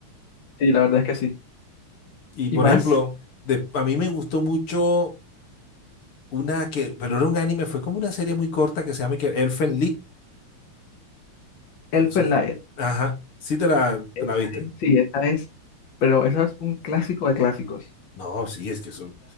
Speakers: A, on the left; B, on the left.
A: sí, la verdad es que sí.
B: Y
A: Y
B: por
A: más,
B: ejemplo, de- a mí me gustó mucho una que, pero era un anime, fue como una serie muy corta que se llama que Elfen Lied.
A: Elfen
B: No sé.
A: Lied,
B: Ajá. Sí te la,
A: esa
B: te la viste.
A: es- sí, esa es, pero esa es un clásico de clásicos.
B: No, sí, es que eso.